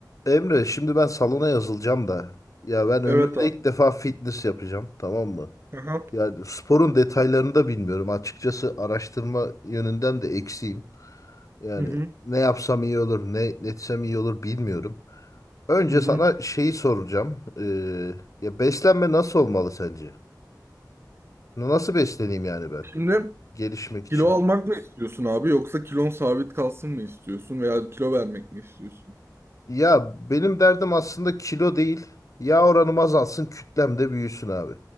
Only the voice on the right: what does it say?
Evet abi.
Aha.
Hı hı.
Hı hı.
Şimdi
kilo almak mı istiyorsun abi yoksa kilon sabit kalsın mı istiyorsun veya kilo vermek mi istiyorsun?